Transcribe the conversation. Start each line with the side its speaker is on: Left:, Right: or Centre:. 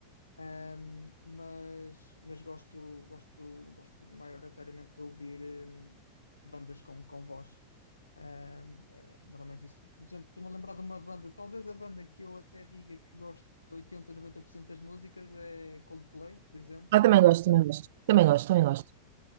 Left: Ahm, mas mas gosto, gosto, gosto maioritariamente de ouvir hum, bandas com, com voz. Ahm, é, normalmente isso. Por exemplo, estou-me a lembrar de uma banda, talvez a banda que eu até diga que gosto de 80, 90% das músicas é Coldplay, por exemplo,
Right: Ah, também
Left: gosto
Right: gosto,
Left: bastante.
Right: também gosto. Também gosto, também gosto.